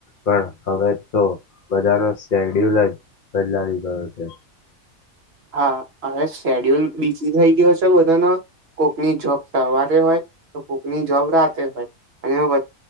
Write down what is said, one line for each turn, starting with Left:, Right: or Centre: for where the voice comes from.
Left: પણ હવે તો બધાનો શેડ્યુલ જ બદલાવી ગયો છે
Right: હા હવે શેડ્યુલ બીઝી થઈ ગયો છે બધાનો કોકની જોબ તવારે હોય તો કોકની જોબ રાતે હોય અને વ